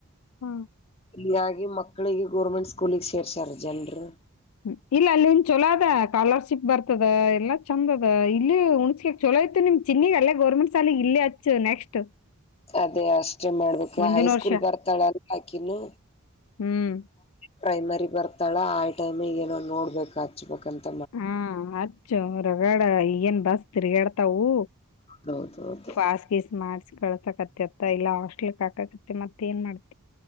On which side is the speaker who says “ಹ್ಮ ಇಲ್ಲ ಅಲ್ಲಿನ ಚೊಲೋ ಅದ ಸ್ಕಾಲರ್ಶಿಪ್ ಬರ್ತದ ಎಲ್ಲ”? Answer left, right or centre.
Left